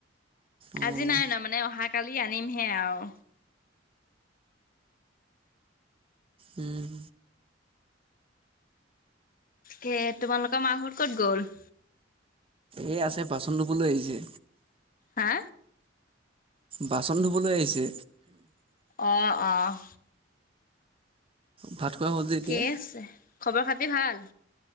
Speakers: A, on the right; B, on the left.
A: অঁ
B: আজি নাই অনা মানে অহা কালি আনিমহে আও।
A: উম
B: ধে তোমালোকৰ মাহত ক'ত গ'ল?
A: এই আছে বাচন ধুবলৈ আহিছে।
B: হা?
A: বাচন ধুবলৈ আহিছে।
B: অ', - অ',
A: ভাত খোৱা হ'ল যে এতিয়া
B: ঠিকেই আছে খবৰ খাতি ভাল?